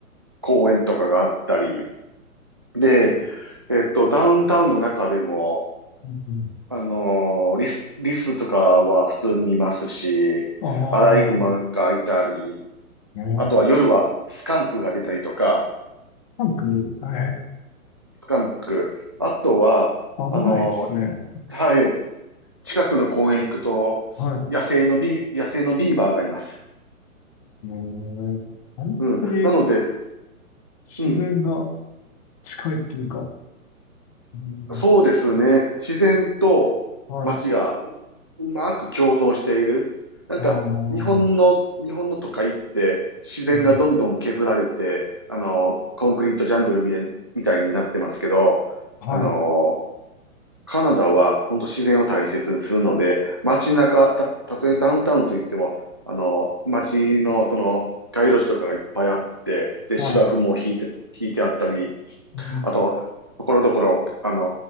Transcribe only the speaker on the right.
公園とかがあったり、で、
えっと、ダウンタウンの中でも、
あの、リス、リスとかは普通に見ますし、
アライグマがいたり、
あとは夜はスカンクが出たりとか、
スカンク、あとは、
あの、はい、近くの公園行くと、
野生のビー、野生のビーバーがいます。
うん。なので、
うん。
そうですね。自然と街がううまく共存している。
なんか、
日本の、日本の都会って自然がどんどん削られて、
あの、コンクリートジャングルみたいみたいになってますけど、
あの、カナダは本当自然を大切にするので、街中、た、たとえダウンタウンといっても、あの、街のその街路樹とかがいっぱいあって、で、
芝生も引いて、引いてあったり、
あと、ところどころ、あの